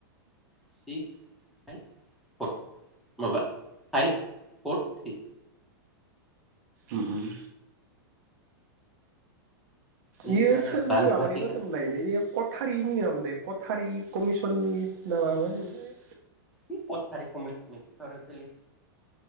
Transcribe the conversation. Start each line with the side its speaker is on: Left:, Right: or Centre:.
Centre: सिक्स फाइभ फर माबा फाइभ फर थ्रि।
Right: ओम ओम।
Centre: नि
Right: इयो
Centre: मा होनो
Right: सोरनि
Centre: बाल
Right: माबानि
Centre: फाथिखा
Right: जादोंमोनलायनो आरो कट। थारिनि होआ मानो कथारि कमिसननि नामा मोनलै।
Centre: थि कथारि कमिसननि थ आरो बेलेग।